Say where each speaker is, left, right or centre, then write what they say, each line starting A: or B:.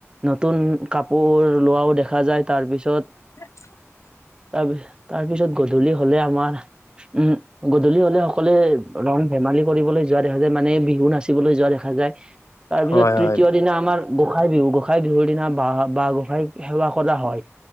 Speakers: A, on the right (about 20°); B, on the left (about 80°).
A: নতুন কাপোৰ লোৱাও দেখা যায় তাৰ পিছত
B: উ <inaudible>
A: তাৰপিছ তাৰপিছত গধূলি হ'লে আমাৰ, উম গধূলি হ'লে সকলোৱে ৰং ধেমালি কৰিবলৈ যোৱা দেখা যায়, মানে বিহু নাচিবলৈ যোৱা দেখা যায় তাৰপিছত
B: হয়
A: তৃতীয়
B: হয় হয়
A: দিনা আমাৰ গোঁসাই বিহু গোঁসাই বিহুৰ দিনা বা বা গোঁসাইক সেৱা কৰা হয়।